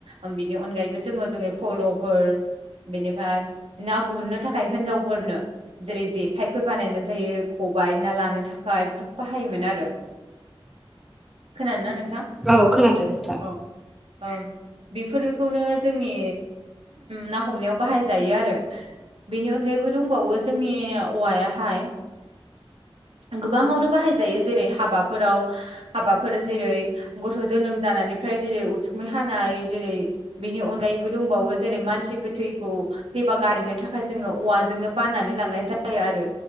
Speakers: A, on the right; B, in the centre.
A: ओम बेनि अनगायैबो जोङो जोङो फल' फोर बेनिफाय ना गुरनो थाखाय होनजावफोरनो जेरै जेखायफोर बानायनाय जायो खबाइ ना लानो थाखाय बेफोरखौ बाहायोमोन आरो।
B: <inaudible>
A: खोनादोंना नोंथां?
B: औ खोनादों नोंथां।
A: औ ओम बेफोरखौनो जोंनि ना हमनायाव बाहायजायो आरो। बेनि अनगायैबो दंबावो जोंनि औवायाहाय गोबाङावनो बाहाय जायो जेरै हाबाफोराव हाबाफोर जेरै गथ' जोनोम जानायनिफ्राय जेरै उथुमाय हानाय जेरै बिनि अनगायैबो दंबावो जेरै मानसि गोथैखौ थैबा गारहैनो थाखाय जोङो औवाजोंनो बाननानै लांनाय जायो आरो।